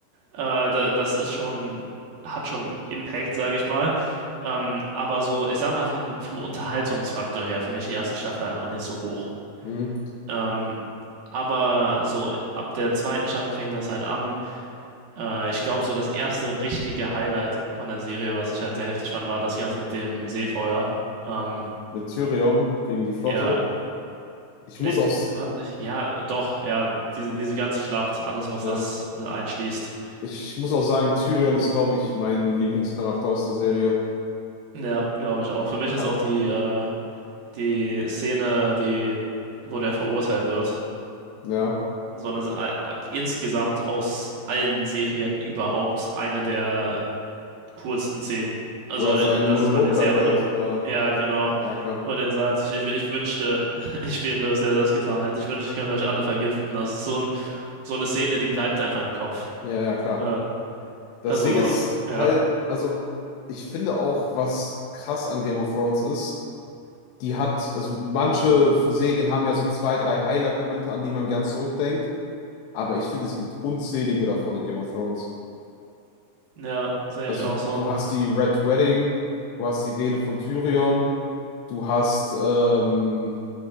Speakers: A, on the right; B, on the left.
A: Äh, da, das ist schon, hat schon Impact, sage ich mal. Ähm, aber so, ich sag mal, von, vom Unterhaltungsfaktor her finde ich die erste Staffel halt noch nicht so hoch.
B: Mhm.
A: Ähm, aber so ab der zweiten Staffel fängt das halt an. Äh, ich glaube, so das erste richtige Highlight von der Serie, was ich halt sehr heftig fand, war das Ganze mit dem Seefeuer. Ähm,
B: Mit Tyrion gegen die Flotte.
A: ja,
B: Ich
A: nee,
B: muss auch, s-
A: war nicht- ja, doch, ja, diese, diese ganze Schlacht, alles, was
B: ja.
A: das mit einschließt.
B: Ich muss auch sagen, Tyrion ist, glaube ich, mein Lieblingscharakter aus der Serie.
A: Ja, glaube ich auch. Für mich ist
B: Ja,
A: auch die, äh, die Szene, die, wo der verurteilt wird,
B: ja.
A: so eine, äh, insgesamt aus allen Serien überhaupt eine der coolsten Szenen. Also,
B: wo er
A: äh,
B: seinen
A: das
B: Monolog
A: ist bei mir sehr
B: da hält,
A: weit oben.
B: oder?
A: Ja, genau.
B: Ja, klar.
A: Wo er den sagt, ich, ich, ich wünschte, <laughs> ich wäre es, der das getan hätte. Ich wünschte, ich könnte euch alle vergiften. Das ist so ein, so eine Szene, die bleibt einfach im Kopf.
B: Ja, ja, klar.
A: Ähm,
B: Das
A: also,
B: Ding ist
A: ja.
B: halt, also ich finde auch, was krass an Game of Thrones ist, die hat, also manche Serien haben ja so zwei, drei Highlight-Momente, an die man gern zurückdenkt, aber ich finde, es gibt unzählige davon in Game of Thrones.
A: Ja, sehe
B: Also
A: ich auch so.
B: du hast die Red Wedding, du hast die Rede von Tyrion, du hast, ähm,